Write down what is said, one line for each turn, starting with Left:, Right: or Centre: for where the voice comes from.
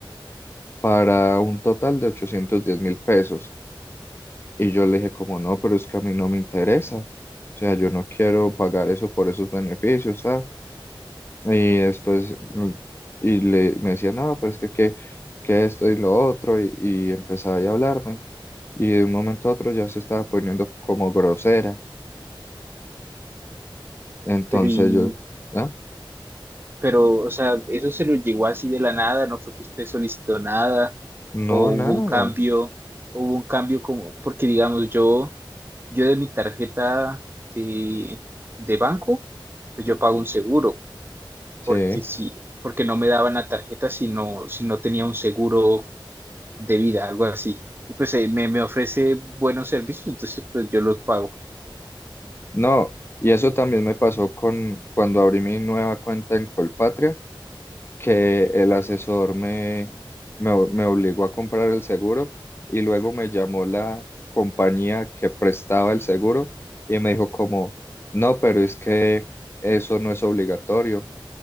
Left: para un total de ochocientos diez mil pesos. Y yo le dije, como no, pero es que a mí no me interesa. O sea, yo no quiero pagar eso por esos beneficios, ¿sabes? Y después mm, y le, me decía, no, pero es que, que, que esto y lo otro, y, y empezaba ahí a hablarme. Y de un momento a otro ya se estaba poniendo como grosera.
Right: <laughs>
Left: Entonces
Right: Pero, y,
Left: yo, ¿ah?
Right: pero, o sea, eso se lo llegó así de la nada, no fue que usted solicitó nada,
Left: No,
Right: o
Left: nada,
Right: hubo un cambio, o hubo un cambio como, porque digamos, yo, yo de mi tarjeta de, de banco, pues yo pago un seguro,
Left: sí,
Right: porque si, porque no me daban la tarjeta si no, si no tenía un seguro de vida, algo así. Y pues eh, me, me ofrece buenos servicios, entonces pues yo los pago.
Left: no, y eso también me pasó con cuando abrí mi nueva cuenta en Colpatria, que el asesor me, me, me obligó a comprar el seguro y luego me llamó la compañía que prestaba el seguro y me dijo como, no, pero es que eso no es obligatorio